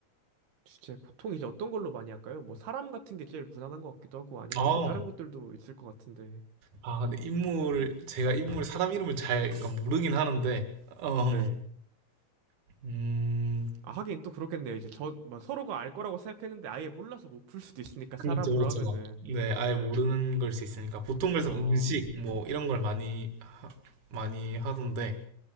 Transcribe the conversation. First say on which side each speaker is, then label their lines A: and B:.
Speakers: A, on the right (about 85°); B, on the right (about 55°).
A: 주제, 보통 이제 어떤 걸로 많이 할까요? 뭐, 사람 같은 게 제일 무난한 것 같기도 하고, 아니면
B: 어.
A: 뭐, 다른 것들도 있을 것 같은데.
B: 아, 근데 인물 제가 인물 사람 이름을 잘 그러니까 모르긴 하는데 어,
A: 네.
B: 음
A: 아, 하긴 또 그렇겠네요. 이제 저, 뭐, 서로가 알 거라고 생각했는데, 아예 몰라서 못 풀 수도 있으니까,
B: 그렇죠,
A: 사람으로
B: 그렇죠.
A: 하면은.
B: 네, 아예 모르는 걸 수 있으니까 보통 그래서
A: 어,
B: 음식 뭐 이런 걸 많이 하, 많이 하던데.